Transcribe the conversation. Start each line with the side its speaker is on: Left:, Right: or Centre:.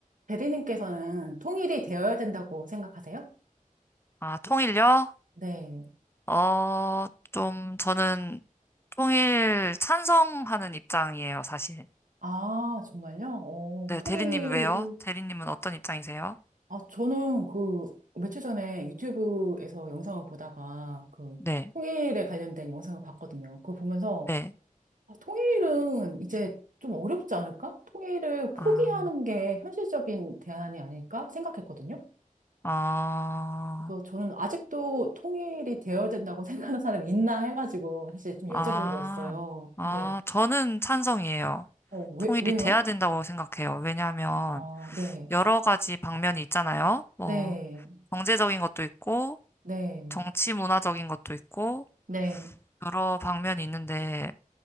Right: 대리님께서는 통일이 되어야 된다고 생각하세요?
Left: 아, 통일요?
Right: 네.
Left: 어, 좀 저는 통일 찬성하는 입장이에요, 사실.
Right: 아, 정말요? 어,
Left: 네,
Right: 그 통일이.
Left: 대리님 왜요? 대리님은 어떤 입장이세요?
Right: 아, 저는 그, 며칠 전에 유튜브에서 영상을 보다가 그,
Left: 네,
Right: 통일에 관련된 영상을 봤거든요. 그거 보면서,
Left: 네.
Right: 아, 통일은 이제 좀 어렵지 않을까? 통일을 포기하는
Left: 아,
Right: 게 현실적인 대안이 아닐까 생각했거든요.
Left: 아,
Right: 그래서 저는 아직도 통일이 되어야 된다고 <laughs> 생각하는 사람이 있나 해가지고 사실 좀
Left: 아,
Right: 여쭤본 거였어요.
Left: 아,
Right: 근데,
Left: 저는 찬성이에요.
Right: 어, 왜,
Left: 통일이
Right: 왜요?
Left: 돼야 된다고 생각해요. 왜냐하면
Right: 어, 네,
Left: 여러 가지 방면이 있잖아요. 뭐,
Right: 네,
Left: 경제적인 것도 있고,
Right: 네,
Left: 정치 문화적인 것도 있고,
Right: 네,
Left: 여러 방면이 있는데,